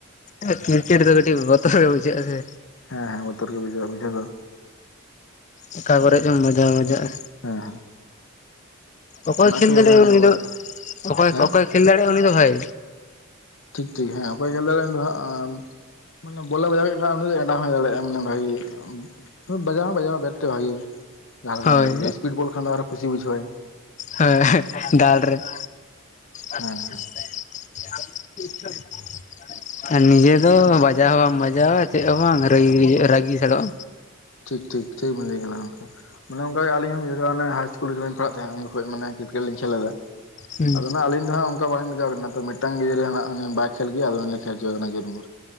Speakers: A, on the left; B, on the left.
A: ᱦᱮᱸ ᱠᱨᱤᱠᱮᱴ ᱫᱚ ᱠᱟᱹᱴᱤᱡ ᱵᱚᱛᱚᱨ ᱜᱮ ᱵᱩᱡᱷᱟᱹᱜ ᱟ ᱥᱮ
B: ᱦᱮᱸ ᱦᱮ ᱵᱚᱛᱚᱨ ᱜᱮ ᱵᱩᱡᱟᱹᱜᱼᱟ ᱵᱩᱡᱷᱟᱹᱣ ᱫᱚ
A: ᱚᱠᱟ ᱠᱚᱨᱮ ᱪᱚᱢ ᱵᱟᱡᱟᱣ ᱵᱟᱡᱟᱜᱼᱟ
B: ᱦᱮᱸ ᱦᱮᱸ
A: ᱚᱠᱚᱭ
B: ᱚᱱᱟ
A: ᱠᱷᱮᱞ
B: ᱜᱮ
A: ᱫᱟᱲᱮ
B: ᱦᱟᱸᱜ ᱧᱮᱞ
A: ᱩᱱᱤ
B: ᱵᱟᱲᱟᱭᱮᱫ
A: ᱫᱚ
B: ᱠᱚᱣᱟ
A: ᱚᱠᱚᱭ
B: ᱦᱮᱸ
A: ᱚᱠᱚᱭᱮ ᱠᱷᱮᱞ ᱫᱟᱲᱮᱭᱟᱜ ᱩᱱᱤ ᱫᱚ ᱵᱷᱟᱹᱭ
B: ᱴᱷᱤᱠ ᱴᱷᱤᱠ ᱦᱮᱸ ᱚᱠᱚᱭ ᱜᱮᱞ ᱫᱚ ᱦᱟᱸᱜ ᱢᱟᱱᱮ ᱵᱚᱞᱮ ᱵᱟᱡᱟᱣ ᱠᱮᱫ ᱠᱷᱟᱱ ᱩᱱᱤ ᱫᱚ ᱮᱰᱟᱣ ᱦᱳᱭ ᱫᱟᱲᱮᱭᱟᱜᱼᱟ ᱢᱟᱱᱮ ᱵᱷᱟᱜᱤ ᱜᱮ ᱵᱟᱡᱟᱣ ᱦᱚᱸ ᱵᱟᱡᱟᱣ ᱵᱮᱴ ᱛᱮ ᱵᱷᱟᱜᱤ ᱜᱮ ᱡᱟᱦᱟᱸ ᱞᱮᱠᱟᱢ
A: ᱦᱳᱭ
B: ᱵᱚᱞ ᱥᱯᱤᱰ ᱵᱚᱞ ᱠᱷᱟᱱ ᱫᱚ ᱟᱨ ᱦᱚᱸ ᱠᱩᱥᱤ ᱵᱩᱡᱷᱟᱹᱣ
A: ᱦᱳᱭ ᱦᱮᱸ ᱫᱟᱞ ᱨᱮ <unintelligible> ᱟᱪᱪᱷᱟ
B: ᱦᱮᱸ ᱦᱮᱸ
A: <unintelligible> ᱟᱨ ᱱᱤᱡᱮ ᱫᱚ ᱵᱟᱡᱟᱣ ᱦᱚᱸ ᱵᱟᱢ ᱵᱟᱡᱟᱜ-ᱟ ᱪᱮᱫ ᱦᱚᱸ ᱵᱟᱝᱟᱹᱜᱤ ᱨᱟᱹᱜᱤ ᱜᱮ ᱵᱩᱡᱷᱟ ᱨᱟᱹᱜᱤ ᱜᱮ ᱯᱷᱮᱰᱚᱜᱼᱟ
B: ᱴᱷᱤᱠ ᱴᱷᱤᱠ ᱴᱷᱤᱠ ᱵᱮᱱ ᱞᱟᱹᱭ ᱠᱮᱫᱟ ᱜᱚᱝᱠᱮ ᱢᱟᱱᱮ ᱚᱱᱠᱟ ᱜᱮ ᱟᱞᱤᱧ ᱦᱚᱸ ᱢᱤᱫ-ᱵᱟᱨ ᱦᱟᱭᱤᱥᱠᱩᱞ ᱨᱮ ᱡᱚᱠᱷᱚᱡ ᱯᱟᱲᱟᱜ ᱛᱟᱦᱮᱸᱜ ᱩᱱ ᱡᱚᱠᱷᱚᱡ ᱢᱟᱱᱮ ᱠᱨᱤᱠᱮᱴ ᱞᱤᱧ ᱠᱷᱮᱞ ᱞᱮᱫᱟ ᱾
A: ᱦᱩᱸ
B: ᱟᱫᱚ ᱱᱟ ᱟᱹᱞᱤᱧ ᱫᱚ ᱦᱟᱸᱜ ᱵᱟᱹᱧ ᱢᱮᱡᱟᱣ ᱠᱟᱱᱟ ᱛᱚ ᱢᱤᱫᱴᱟᱝ ᱜᱤᱫᱽᱨᱟᱹ ᱱᱟᱜ ᱩᱱᱤ ᱵᱟᱭ ᱠᱷᱮᱞ ᱜᱮᱭᱟ ᱟᱫᱚ ᱩᱱᱤ ᱠᱷᱮᱞᱪᱚᱭᱮ ᱨᱮᱱᱟᱝ ᱜᱮ ᱡᱩᱨᱢᱩᱨ